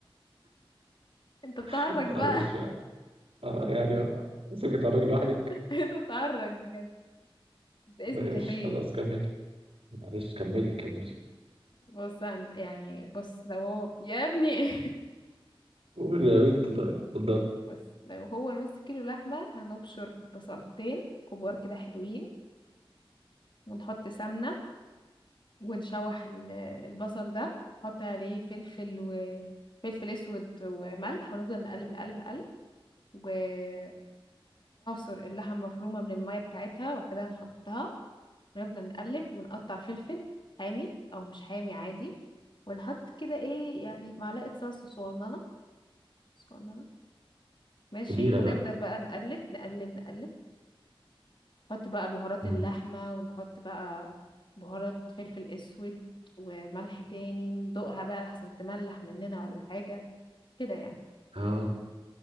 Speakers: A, on the left (about 55°); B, on the right (about 85°).
A: انت بتهرج
B: <laughs> معلش
A: بقى
B: اه يعني سيبك تتعرجي لوحدك
A: <laughs> انت بتهرج بجد ده
B: ماشي
A: اسمه تهريج
B: خلاص كملي معلش كملي كملي
A: بص هن... يعني بص لو هو يا ابني
B: قول يا بنتي طيب اتفضل
A: <laughs> بص لو هو نص كيلو لحمه هنبشر بصلتين كبار كده حلوين ونحط سمنه ونشوح ال- البصل ده نحط عليه فلفل وفلفل اسود وملح ونفضل نقلب نقلب نقلب ونعصر اللحمة المفرومة من المية بتاعتها وبعد كده نحطها ونفضل نقلب ونقطع فلفل حامي أو مش حامي عادي ونحط كده ايه يعني معلقة صلصة صغننة صغننة ماشي
B: كبيرة
A: ونفضل
B: بقى
A: بقى نقلب نقلب نقلب نحط بقى بهارات
B: مم.
A: اللحمة ونحط بقى بهارات فلفل أسود وملح تاني ندوقها بقى لحسن تملح مننا ولا حاجة كده يعني
B: اه